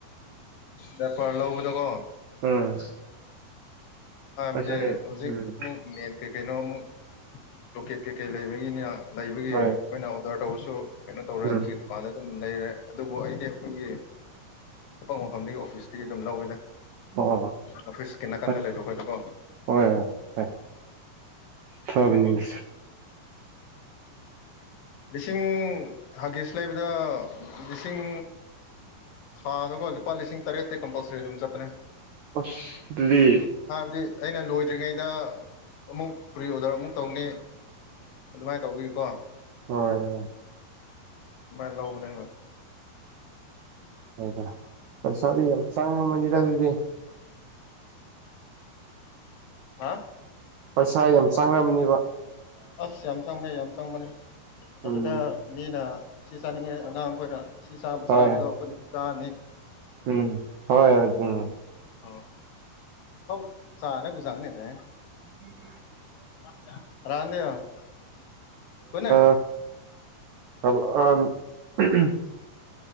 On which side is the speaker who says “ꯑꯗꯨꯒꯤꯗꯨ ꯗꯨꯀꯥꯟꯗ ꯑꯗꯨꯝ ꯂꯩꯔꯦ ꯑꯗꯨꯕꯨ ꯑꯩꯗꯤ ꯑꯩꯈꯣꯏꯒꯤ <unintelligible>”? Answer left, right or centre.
Left